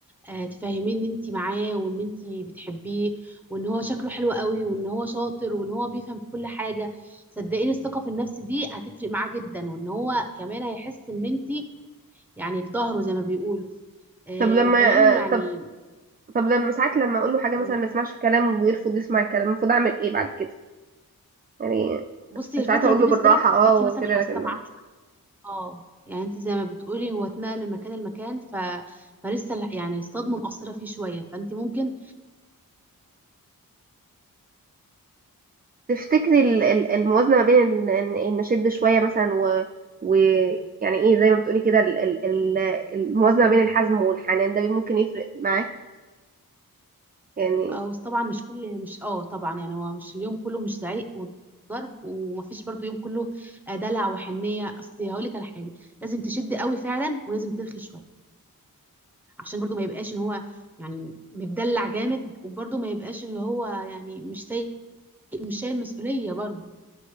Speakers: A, in the centre; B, on the right (about 25°).
A: آه تفهميه ان انتي معاه وان انتي بتحبيه وان هو شكله حلو قوي وان هو شاطر وان هو بيفهم في كل حاجة صدقيني الثقة في النفس دي هتفرق معاه جدا وان هو كمان هيحس ان انتي يعني في ظهره زي ما بيقولوا آه
B: طب لما
A: وكمان يعني
B: آه، طب طب لما ساعات لما اقول له حاجه
A: مم،
B: مثلا ما يسمعش الكلام ويرفض يسمع الكلام المفروض اعمل ايه بعد كده يعني
A: بصي
B: ساعات
A: الفترة
B: اقول
A: دي
B: له
A: بالذات
B: بالراحه اه
A: خليكي
B: وكده
A: مثلا حاسة
B: لكن
A: معاه شوية اه يعني انت زي ما بتقولي هو اتنقل من مكان لمكان ف... فلسه ال- يعني الصدمة مأثرة فيه شوية فانت ممكن
B: تفتكري ال- ال- الموازنة ما بين ال- ان إن نشد شوية مثلا و ويعني ايه زي ما بتقولي كده ال- ال- ال- الموازنة ما بين الحزم والحنان ده ممكن يفرق معاه يعني
A: او طبعا مش كل مش اه طبعا يعني هو مش اليوم كله مش زعيق وضرب ومفيش برضو يوم كله آه، دلع وحنية اصل هقولك على حاجة لازم تشد قوي فعلا ولازم ترخي شوية عشان برضو ما يبقاش ان هو يعني متدلع جامد وبرضو ما يبقاش اللي هو يعني مش ساي... مش شايل مسؤولية برضو